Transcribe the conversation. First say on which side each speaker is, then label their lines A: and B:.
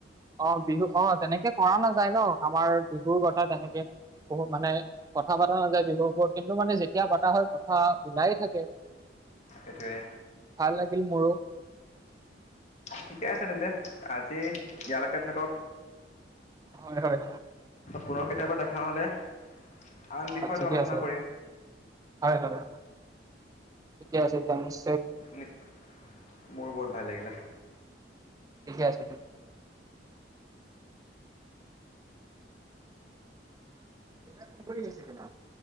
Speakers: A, on the right; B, on the left.
A: অ ', বিহু অ', তেনেকে কৰা নাযায় ন', আমাৰ বিহুৰ কথা তেনেকে বহুত মানে কথা পতা নাযায় বিহুৰ ওৰত কিন্তু মানে যেতিয়া পতা হয় কথা ওলায়ে থাকে।
B: এইটোৱে।
A: ভাল লাগিল মোৰো।
B: ঠিকে আছে তেন্তে, আজি ইয়ালৈকে থাকক।
A: হয়-হয়।
B: পুনৰ কেতিয়াবা দেখা হলে। আন
A: অ',
B: বিষয়টো
A: ঠিকে
B: আলোচনা
A: আছে হয়
B: কৰিম
A: - হয়। ঠিকে আছে দিয়া মিছ,
B: নিচছয় মোৰো বহুত ভাল লাগিলে।
A: ঠিকে আছে দে। দেউতাই ফোন কৰি আছে তোমাক?